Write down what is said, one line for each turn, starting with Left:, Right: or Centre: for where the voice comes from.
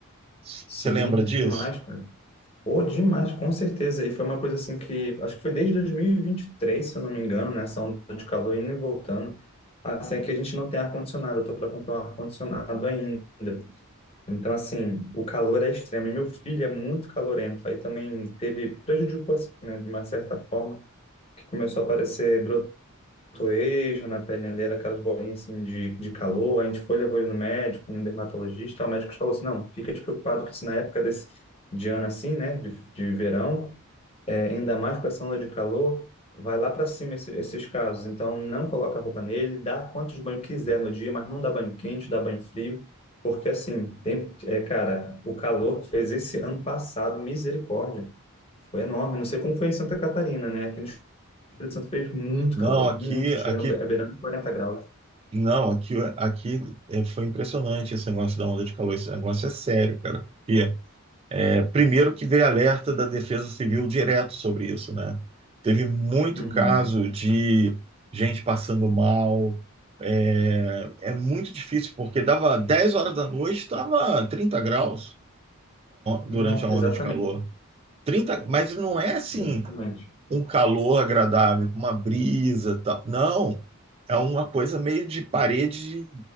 Right: Você
Left: sim,
Right: lembra
Left: demais,
Right: disso?
Left: cara. Pô, demais, com certeza. E foi uma coisa assim que acho que foi desde dois mil e e vinte e três, se eu não me engano, né? Essa onda de calor indo e voltando. Assim, aqui a gente não tem ar-condicionado, eu tô para comprar um ar-condicionado ainda. Então, assim, o calor é extremo. E meu filho é muito calorento. Aí também teve, prejudicou, assim, né, de uma certa forma, que começou a aparecer brotoejo na pele dele, aquelas bolinhas, assim, de, de calor. A gente foi, levou ele no médico, no dermatologista. O médico falou assim, não, fica despreocupado que se na época desse, de ano, assim, né, de, de verão, é, ainda mais com essa onda de calor, vai lá para cima esse- esses casos. Então, não coloca a roupa nele, dá quantos banhos quiser no dia, mas não dá banho quente, dá banho frio, porque assim, tem, é, cara, o calor que fez esse ano passado, misericórdia, foi enorme. Não sei como foi em Santa Catarina, né? Aqui no Espírito Santo fez muito
Right: Não,
Left: calor,
Right: aqui,
Left: muito, chegando
Right: aqui,
Left: a be- a beirando quarenta graus.
Right: não, aqui, aqui é, foi impressionante esse negócio da onda de calor. Esse negócio é sério, cara. E Primeiro que veio alerta da Defesa Civil direto sobre isso, né? Teve muito
Left: Uhum.
Right: caso de gente passando mal. É, é muito difícil, porque dava 10 horas da noite, estava 30 graus
Left: Não,
Right: durante a onda
Left: exatamente,
Right: de calor. 30, mas não é assim
Left: exatamente.
Right: um calor agradável, com uma brisa, tal. Não, é uma coisa meio de parede